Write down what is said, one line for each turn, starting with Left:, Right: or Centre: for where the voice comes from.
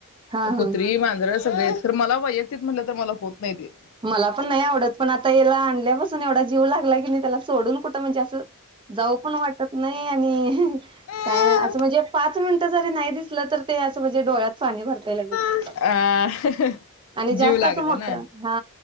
Right: हा हा
Left: कुत्री माजंर सगळी आहेत पण मला वैयक्तिक म्हणलं तर मला होत. नाही ते
Right: मला पण नाही आवडत पण आता ह्याला आणल्यापासुन येवढा जीव जीव लागला की न त्याला सोडून कुठ म्हणजे असं जाऊ पण वाटत नाही. आणि
Left: नाही
Right: काय असं म्हणजे पाच मिनिट जरी नाही दिसल तरं असं म्हणजे डोळ्यात पाणी भरतयं लगेच
Left: हा अ
Right: आणि जास्त
Left: जीव लागला
Right: असं मोठ
Left: ना
Right: हा